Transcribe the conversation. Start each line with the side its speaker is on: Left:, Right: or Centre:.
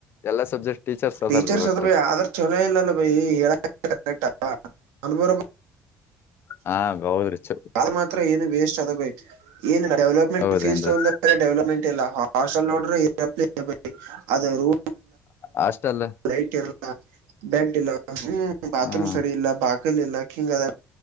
Left: ಎಲ್ಲಾ ಸಬ್ಜೆಕ್ಟ್ ಅದಾರ್ರೀ
Right: ಟೀಚರ್ಸ್
Left: ಒಟ್ಟು
Right: ಅದ ಆದ್ರ ಚಲೋ ಇಲ್ಲಭ ಹೇಳ ಕರೆ ಅರ
Left: ಹಾ ಹೌದ್ರಿ ಚ
Right: ಆದ ಮಾತ್ರ ಏನು ವೇಸ್ಟ್ ಅದ ಬ ಏ ಡೆವಲಪ್ಮೆಂಟ್
Left: ಹೌದೇನ್ರಿ
Right: ಫೀಸ್ ತಗ ಡೆವಲಪ್ಮೆಂಟ್ ಇಲ್ಲ ಹಾಸಲೋಡ ಇರಪ್ಪ ಅದು ರೂ
Left: ಹಾಸ್ಟೆಲ್
Right: ಲೈಟ್ ಇರ್ಲ್ಲ ಬೆಡ್ ಇಲ್ಲ ಹ್ಮ ಬಾತ್ರೂಮ್
Left: ಹ್ಮ್
Right: ಸರಿ ಇಲ್ಲ ಬಾಕಲ್ ಇ ಹಿಂಗ ಅದ